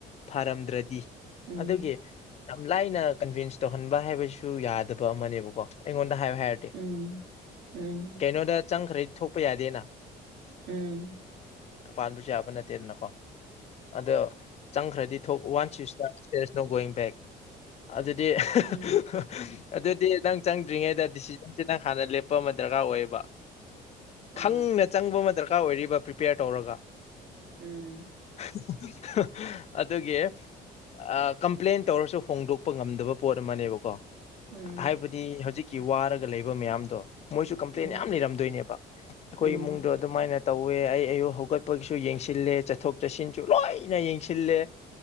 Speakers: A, on the left; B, on the right.
A: ꯐꯥꯔꯝꯗ꯭ꯔꯗꯤ
B: ꯎꯝ
A: ꯑꯗꯨꯒꯤ ꯌꯥꯝ ꯂꯥꯏꯅ ꯀꯟꯚꯤꯟꯁ ꯇꯧꯍꯟꯕ ꯍꯥꯏꯕꯁꯨ ꯌꯥꯗꯕ ꯑꯃꯅꯦꯕꯀꯣ ꯑꯩꯉꯣꯟꯗ ꯍꯥꯏꯌꯨ ꯍꯥꯏꯔꯗꯤ
B: ꯎꯝ ꯎꯝ
A: ꯀꯩꯅꯣꯗ ꯆꯪꯈ꯭ꯔꯗꯤ ꯊꯣꯛꯄ ꯌꯥꯗꯦꯅ
B: ꯎꯝ
A: ꯄꯥꯟꯕꯁꯨ ꯌꯥꯕ ꯅꯠꯇꯦꯗꯅꯀꯣ ꯑꯗꯣ ꯆꯪꯈ꯭ꯔꯗꯤ ꯊꯣꯛ one sister dear is ꯅꫭ going back ꯑꯗꯨꯗꯤ <unintelligible>
B: ꯎꯝ
A: ꯑꯗꯨꯗꯤ ꯅꯪ ꯆꯪꯗ꯭ꯔꯤꯉꯩꯗ ꯗꯤꯁꯤ ꯖꯟ ꯅꯪ ꯍꯥꯟꯅ ꯂꯦꯞꯄ ꯑꯃ ꯗꯔꯀꯥꯔ ꯑꯣꯏꯌꯦꯕ
B: ꯍꯣꯏ
A: ꯈꯪꯅ ꯆꯪꯕ ꯑꯃ ꯗꯔꯀꯥꯔ ꯑꯣꯏꯔꯤꯕ ꯄ꯭ꯔꯤꯄꯦꯌꯔ ꯇꯧꯔꯒ
B: ꯎꯝ
A: <unintelligible> ꯑꯗꯨꯒꯤ ꯑꯥ ꯀꯝꯄ꯭ꯂꯦꯟ ꯇꯧꯔꯁꯨ ꯍꯣꯡꯗꯣꯛꯄ ꯉꯝꯗꯕ ꯄꯣꯠ ꯑꯃꯅꯦꯕꯀꯣ
B: ꯎꯝ
A: ꯍꯥꯏꯕ ꯗꯤ ꯍꯧꯖꯤꯛꯀꯤ ꯋꯥꯔꯒ ꯂꯩꯕ ꯃꯌꯥꯝꯗꯣ ꯃꯣꯏꯁꯨ ꯀꯝꯄ꯭ꯂꯦꯟ
B: ꯑꯣ
A: ꯌꯥꯝ ꯂꯩꯔꯝꯗꯣꯏꯅꯦꯕ ꯑꯩꯈꯣꯏ
B: ꯎꯝ
A: ꯏꯃꯨꯡ ꯑꯗꯨꯃꯥꯏꯅ ꯇꯧꯋꯦ ꯑꯩ ꯑꯌꯨꯛ ꯍꯧꯒꯠꯄꯒꯤꯁꯨ ꯌꯦꯡꯁꯤꯜꯂꯦ ꯆꯠꯊꯣꯛ ꯆꯠꯁꯤꯟꯁꯨ ꯂꯣꯏꯅ ꯌꯦꯡꯁꯤꯜꯂꯦ